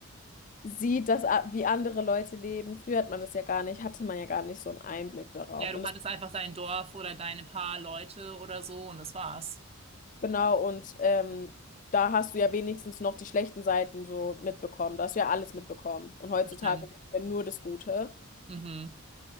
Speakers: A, on the left (about 35°); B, on the right (about 25°).
A: sieht, dass, a- wie andere Leute leben. Früher hat man das ja gar nicht, hatte man ja gar nicht so einen Einblick darauf.
B: Ja, du
A: Und
B: hattest
A: das,
B: einfach dein Dorf oder deine paar Leute oder so und das war's.
A: genau, und ähm, da hast du ja wenigstens noch die schlechten Seiten so mitbekommen. Da hast du ja alles mitbekommen. Und heutzutage
B: Bestimmt.
A: ist ja nur das Gute,
B: Mhm.